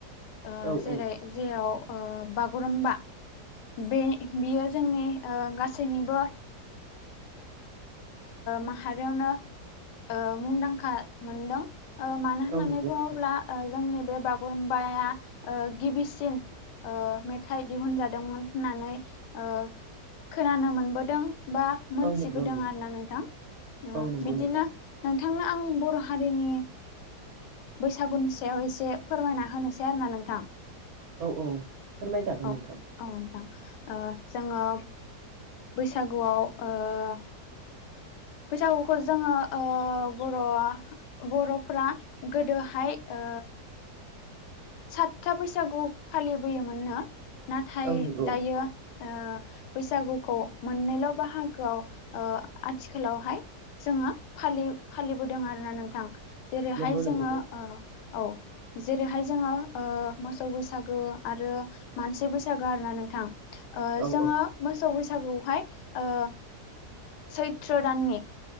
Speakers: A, on the left (about 85°); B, on the right (about 65°).
A: ओ
B: औ
A: जेरै
B: औ
A: ओ जेयाव बागुरुम्बा बे बियो जोंनि ओ गासैनिबो माहारियावनो ओ मुंदांखा मोनदों। ओ मानो होननानै
B: औ नंगौ
A: बुङोब्ला
B: नोंथां
A: ओ जोंनि बे बागुरुम्बाया ओ गिबिसिन ओ मेथाइ दिहुनजादोंमोन होननानै ओ खोनानो मोनबोदों बा मोनथिबोदों
B: औ नंगौ नंगौ
A: आरोना नोंथां ओ
B: औ नंगौ
A: बिदिनो।
B: नोंथां
A: नोंथांनो आं बर' हारिनि बैसागुनि सायाव एसे फोरमायना होनोसै आरोना नोंथां।
B: औ औ फोरमाय जागोन
A: औ
B: नोंथां।
A: औ नोंथां ओ जोङो बैसागुआव ओ बैसागुखौ जोङो बर'आ बर'फ्रा गोदोहाय ओ सातथा बैसागु फालिबोयोमोननो नाथाय
B: औ नंगौ
A: दायो। ओ बैसागुखौ मोननैल' बाहागोआव ओ आ थिखालावहाय जोङोलि फा- फालिबोदों आरोना नोंथां जेरैहाय
B: नंगौ
A: जोङो
B: नंगौ नोंथां
A: ओ औ जेरैहाय ओ जोङो मोसौ बैसागो आरो मानसि बैसागो आरोना नोंथां ओ
B: औ
A: जोङो
B: औ
A: मोसौ बैसागो आवहाय ओ सैथ्र' ओ दाननि